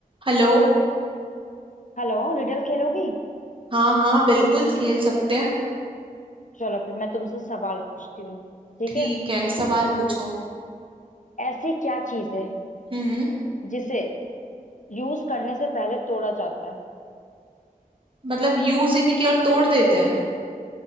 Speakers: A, on the right; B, on the left.
A: Hello
B: Hello Riddle खेलोगी
A: हाँ हाँ बिल्कुल खेल सकते हैं
B: चलो फिर मैं तुमसे सवाल पूछती हूँ ठीक
A: ठीक
B: है
A: है सवाल पूछो
B: ऐसी क्या चीज है
A: हम्म
B: जिसे यूज करने से पहले तोड़ा जाता है
A: मतलब यूज ही नहीं किया और तोड़ देते हैं